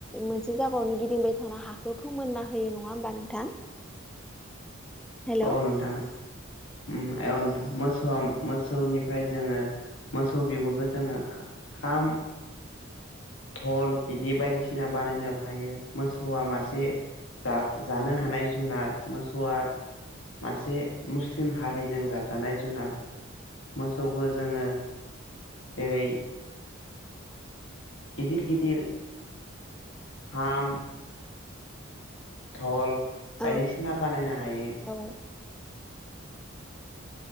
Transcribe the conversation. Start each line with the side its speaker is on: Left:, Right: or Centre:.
Centre: मोनसे जागायावनो गिदिंबाय थाना हाखौ फोमोनना होयो नंङा होमबा नोंथां हेलौ
Left: औ नोंथां ओम ए नोथां मोसौ मोसौनिफ्राय जोंङो मोसौ बिगुरखौ जोंङो। खाम धल बिदि बायदिसिना बानायनो हायो मोसौआ मासे जा-जानो हानाय जुनार मोसौआ मासे मुस्लिम हारिजों जाजानाय जुनार मोसौखौ जोंङो जेरै- गिदिर गिदिर हाम धल बायदिसिना
Centre: औ
Left: बानायनो हायो।
Centre: औ